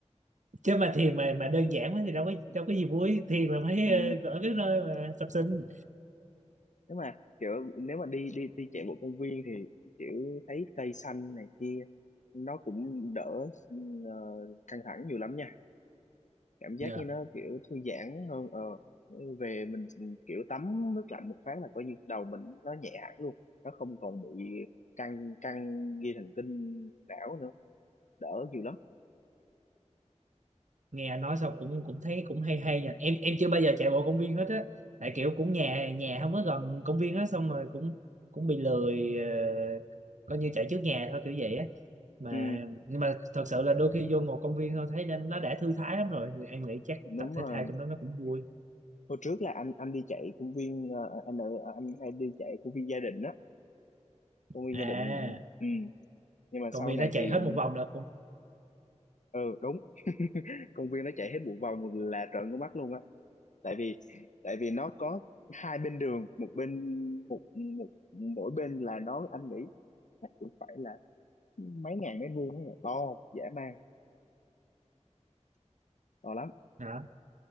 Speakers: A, on the right (about 80°); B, on the left (about 80°).
A: chứ mà thiền mà mà đơn giản quá thì đâu có đâu có gì vui thiền là phải
B: ừ.
A: ờ, ở cái nơi mà tập sinh
B: nếu mà kiểu nếu mà đi đi đi chạy bộ công viên thì kiểu thấy cây xanh này kia nó cũng đỡ ờ, căng thẳng nhiều lắm nha cảm giác
A: Dạ.
B: như nó kiểu thư giãn hơn ờ về mình kiểu tắm nước lạnh một phát là coi như đầu mình nó nhẹ hẳn luôn nó không còn bị căng căng dây thần kinh não nữa đỡ nhiều lắm
A: nghe anh nói xong cũng cũng thấy cũng hay hay nha em em chưa bao giờ chạy bộ công viên hết á tại kiểu cũng nhà nhà không có gần công viên á xong rồi cũng cũng bị lười ờ, coi như chạy trước nhà thôi kiểu vậy á mà
B: ừ
A: nhưng mà thật sự là đôi khi vô ngồi công viên thôi thấy nên nó đã thư thái lắm rồi Thì em nghĩ chắc
B: đúng
A: tập thể
B: rồi
A: thao trong đó nó cũng vui
B: hồi trước là anh anh đi chạy công viên ờ, anh ở anh hay đi chạy công viên gia đình á công viên
A: à
B: gia đình ừ nhưng mà
A: công
B: sau
A: viên
B: này
A: nó chạy
B: thì
A: hết một vòng là cũng
B: ừ đúng công viên nó chạy hết một vòng là trợn con mắt luôn á tại vì tại vì nó có hai bên đường một bên một một mỗi bên là nó anh nghĩ chắc cũng phải là mấy ngàn mét vuông ấy to dã man to lắm
A: đó